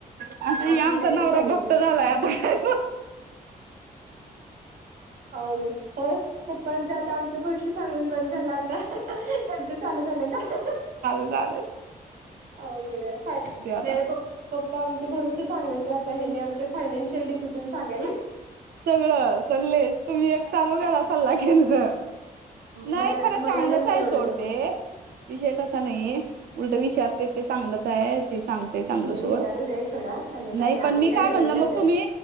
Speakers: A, on the right; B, on the right.
A: आता हे
B: असल
A: आमचा
B: काहीतरी
A: नवरा
B: सांगत
A: भक्त
B: नसते
A: झालाय आता काय
B: अे होय पप्पांच आता आमच्या भविष्य सांगून बंद झालं आता त्यांच चालू झालं का
A: झा आहे
B: हो गड फय
A: आता
B: नाही ब पप्पा आमचे भविष्य सांगायचे आता हेने आमचे फायनान्शियल डिसिजन सांगाय
A: सगळं सल्लेस तुम्ही एक चालू करा सल्ला केंद्र नाही
B: मला
A: खरं
B: मला
A: चांगलंच
B: नाही परवडत
A: आहे सोडते
B: बाबा
A: विषय तसा नाहीये उलट विचारते ते चांगलंच आहे ते सांगतेय चांगल
B: हे विचारू
A: सोड
B: दे सोडा त्याचं काय
A: नाही पण
B: आपण
A: मी काय म्हणलं
B: घरातलेच
A: मग
B: आहेत
A: तुम्ही